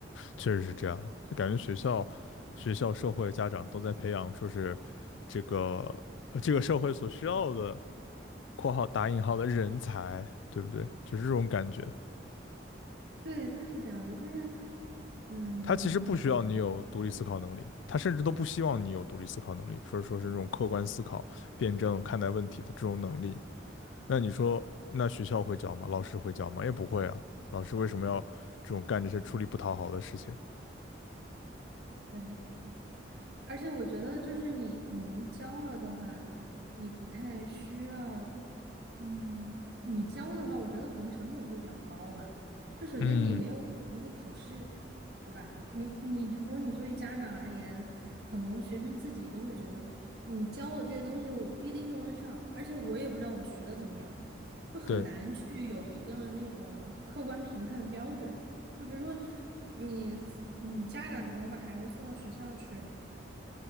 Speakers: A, on the left; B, on the right.
A: 确实是这样的。就感觉学校、学校、社会、家长都在培养，说是这个呃这个社会所需要的（括号打引号的人才），对不对？就是这种感觉。
B: 对，就是这样的，就是嗯，
A: 他其实不需要你有独立思考能力，他甚至都不希望你有独立思考能力，说说是那种客观思考、辩证看待问题的这种能力。那你说，那学校会教吗？老师会教吗？也不会啊。老师为什么要这种干这些出力不讨好的事情？
B: 对。而且我觉得，就是你可能教了的话，你不太需要，嗯，你教的话，我觉得可能成本会比较高吧。就首先你没有一个考试，
A: 嗯，
B: 对吧？你你就比如说你作为家长而言，可能学生自己都会觉得，你教我这些东西，我不一定用得上，而且我也不知道我学的怎么样，就很难去有一个那种客观评判的标准。
A: 对。
B: 就比如说你，嗯，家长你可能把孩子送到学校去。